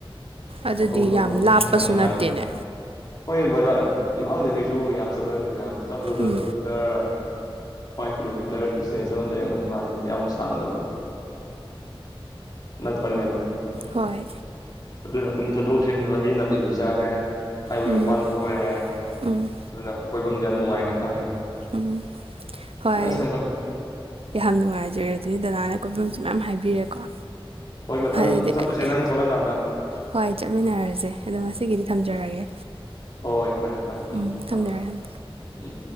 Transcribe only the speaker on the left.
ꯃꯐꯝꯗꯣ
ꯌꯥꯝ ꯅꯨꯡꯉꯥꯏꯕꯅꯤ
ꯍꯣꯏ ꯕꯖꯥꯔ ꯏꯝꯐꯥꯜꯗ ꯀꯩꯁꯨ ꯌꯥꯝ ꯆꯠꯄ ꯅꯠꯇꯦꯗ ꯆꯞ
ꯀꯤꯂꯣꯃꯤꯇꯔ ꯐꯥꯏꯚ ꯀꯤꯂꯣꯃꯤꯇꯔ ꯗꯤꯁꯇꯦꯟꯁ ꯑꯃ ꯂꯩꯔꯝꯒꯅꯤ ꯃꯥꯗꯤ ꯌꯥꯝ ꯁꯥꯡꯗꯕꯅꯤ ꯥ <unintelligible>
ꯑꯗꯨꯅ ꯑꯗꯨꯝ ꯆꯠꯊꯣꯛ ꯆꯠꯁꯤ ꯃꯤ ꯅꯥꯇꯩꯁꯨ ꯆꯥꯔꯦ ꯍꯥꯏꯋꯦ
ꯃꯄꯥꯟꯗꯁꯨ ꯑꯣꯏꯔꯦ
ꯑꯗꯨ ꯀꯣꯏꯐꯝꯁꯦ ꯌꯥꯝ ꯅꯨꯡꯉꯥꯏ ꯍꯥꯏꯕꯇꯥꯔꯦꯅꯦ
ꯁꯦꯝꯒꯠꯂꯦ
ꯃꯊꯪ
ꯆꯠꯂꯨꯁꯦ
ꯅꯪ ꯊꯣꯛꯂꯛꯀꯥꯟꯗ
ꯍꯣꯏ ꯐꯔꯦ ꯐꯔꯦ
ꯊꯝꯃꯦ
ꯊꯝꯃꯦ
ꯎꯝ